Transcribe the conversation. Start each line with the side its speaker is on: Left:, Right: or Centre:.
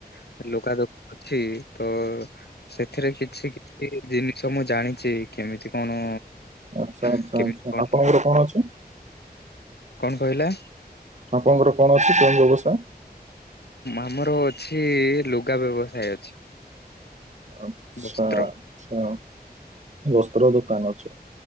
Left: <inaudible> ସେଥିରେ କିଛି -ଛି ଜିନିଷ ମୁଁ ଜାଣିଚି କେମିତି କ'ଣ।
Right: ଆଚ୍ଛା
Left: <inaudible>
Right: ଆଚ୍ଛା ଆଚ୍ଛା ଆପଣଙ୍କର କଣ ଅଛି
Left: କ'ଣ କହିଲେ?
Right: ଆପଣଙ୍କର କ'ଣ ଅଛି? କେଉଁ ବେବସା
Left: ଆମର ଅଛି, ଲୁଗା ବେବସାୟେ ଅଛି।
Right: ଆଚ୍ଛା
Left: ବସ୍ତ୍ର।
Right: ଆଚ୍ଛା, ବସ୍ତ୍ର ଦୋକାନ ଅଛି